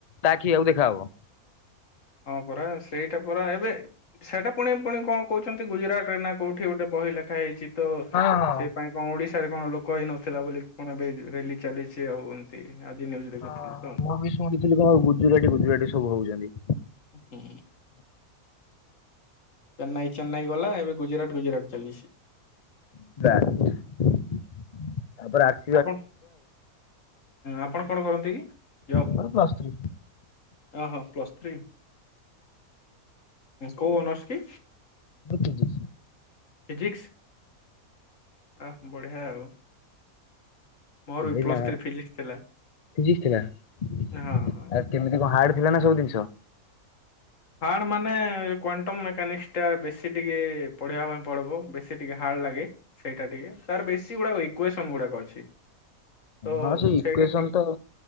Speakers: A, on the left; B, on the left.
A: ତା ଆଖି କି ଆଉ ଦେଖାହବ।
B: ହଁ ପରା ସେଇଟା ପରା ଏବେ ସେଇଟା ପୁଣି ପୁଣି କଣ କହୁଛନ୍ତି ଗୁଜୁରାଟ ରେ ନା କୋଉଠି ଗୋଟେ ବହି ଲେଖା ହେଇଛି। ତ
A: ହଁ ହଁ।
B: ସେ ପାଇଁ କଣ ଓଡିଶାରେ କଣ ଲୋକ ହେଇ ନଥିଲା ବୋଲି କଣ ଏବେ ରଲି ଚାଲିଛି ଆଉ। ଏ ଆଜିି ନ୍ୟୁଜ ଦେଖୁଥିଲି
A: ଓ
B: ତ ହୁଁ
A: ମୁଁ ବି ଶୁଣିଥିଲି କଣ ଗୁଜୁରାଟି ଗୁଜୁରାଟି ସବୁ ହଉଛନ୍ତି।
B: ହୁଁ ଚେନ୍ନାଇ, ଚେନ୍ନାଇ ଗଲା ଏବେ। ଗୁଜୁରଟ, ଗୁଜରାଟ ଚାଲିଛି।
A: ତ୍ୟାଟ ତାପରେ ଆ
B: ଆପଣ ଆପଣ କଣ କରନ୍ତି କି? ଜବ୍।
A: ମୋର ପ୍ଲସ୍ ଥ୍ରୀ
B: ଓହୋ ପ୍ଲସ୍ ଥ୍ରୀ କୋଉ ଅନର୍ସ କି?
A: ପତିଦୁସ <unintelligible>
B: ଫିଜିକ୍ସ ଆ ବଢିଆ ଆଉ। ମୋର ବି
A: ଏଇନା
B: ପ୍ଲସ୍ ଥ୍ରୀ ଫିଜିକ୍ସ ଥିଲା
A: ପିଜିକ୍ସି ନା ଆ।
B: ହଁ ହଁ
A: କେମିତି କଣ ହାର୍ଡ ଥିଲା ନା ସବୁ ଜିନିଷ।
B: ହାର୍ଡ଼ ମାନେ କ୍ଵାଣ୍ଟମ୍ ମେକାନିକ୍ସଟା ବେଶୀ ଟିକେ ପଢ଼ିବା ପାଇଁ ପଡ଼ିବ ବେଶୀ ଟିକେ ହାର୍ଡ଼ ଲାଗେ। ସେଇଟା ଟିକେ ତାର ବେସିକ ଗୁଡ଼ାକ ଇକ୍ଵାସନ୍ ଗୁଡାକ ଅଛି। ତ
A: ହଁ ସେଇ ଇକ୍ୱେସନ
B: ସେଇଟା ଟିକେ
A: ତ